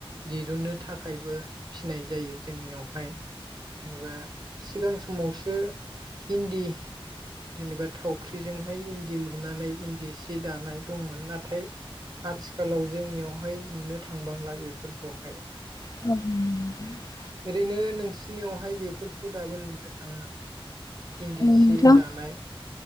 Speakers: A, on the right; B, on the left.
A: दिरुननो थाखायबो फिनाय जायो जोंनियावहाय जेनेबा सिगां समावसो इन्दि जेनेबा थावख्रिजोंहाय इन्दि लुनानै इन्दि सि दानाय दंमोन नाथाय आथिखालाव जोंनियावहाय नुनो थांबांला बेफोरखौहाय
B: <inaudible>
A: ओरैनो नोंसिनियावहाय बेफोरखौ दाबो नुनो थाङो नामा? इन्दि
B: <inaudible> औ
A: सि
B: नोंथां
A: दानाय